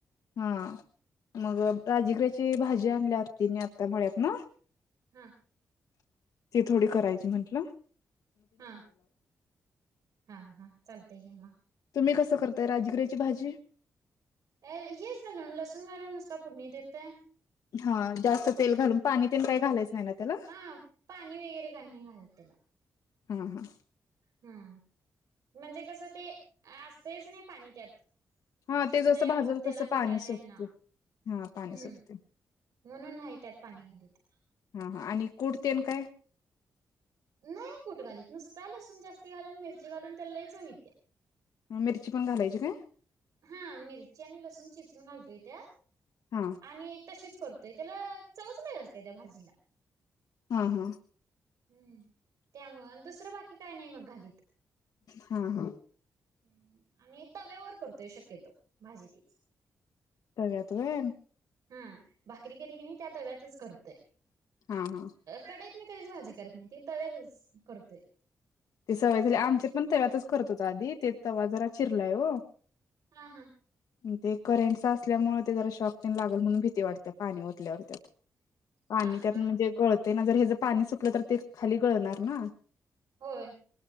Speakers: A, on the left; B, on the right.
A: हा मग राजीगऱ्याची भाजी आणल्या हतीने आता म्हत ना.
B: हा
A: ते थोडी करायची म्हटलं.
B: हा हा हा चालते घ म.
A: तुम्ही कसं करताय राजगिरीची भाजी
B: अ येच झालून लसण वाून नुसता पूर्णी देतय.
A: हा जास्त तेल घालून पाणी तेल काय घालायच नाही ना. त्याला
B: हा पाणी वगैरे काही नाही घालाय त्याला
A: हा हा
B: हम म्हणजे कसं ते असतच नाही पाणी त्यात
A: हा
B: सुटतय
A: ते जसं
B: आपोआप
A: भाजल
B: त्याला
A: तसं
B: मिटायच
A: पाणी
B: आहे
A: सुटते
B: ना हम्म.
A: हा पाणी सुटते
B: म्हणून नाही त्यात पाणी घालीत.
A: हा हा आणि कुडतेन काय?
B: नाही कुठ घालीत नुसता लसून जास्त घालून मिरची घालून त्या ल च होित्या
A: मिरची पण घालायची काय?
B: हा मिरची आणि लसूण चिचून घालतोय त्यात.
A: हा,
B: आणि तशीच करतोय त्याला चवच नाय असते, त्या भाजीला.
A: हा हा,
B: हम्म, त्यामुळ आणि दुसरं बाकी काय नाही मग घालीत.
A: हा हा,
B: हम्म, आणि तव्यावर करतोय शक्यतो भाजी ती.
A: तव्यात होय.
B: हा, भाकरी केली की नाही त्या तव्यातच करतोय.
A: हा हा,
B: कडईत मी कधीच भाजी करत नाही ती तव्यातच करतोय.
A: ते सवय झाल्या. आमच्या पण तव्यातच करत होत आधी ते तवा जरा चिरलाय ओ.
B: हा हा,
A: ते करेंट असल्यामुळे ते जरा शॉक तेन लागल म्हणून भीती वाटत्या. पाणी ओतल्यावर त्यात पाणी
B: हा
A: त्यात
B: हा
A: म्हणजे गळत ते ना जर हेच पाणी सुटलं तर ते खाली गळणार ना.
B: होय.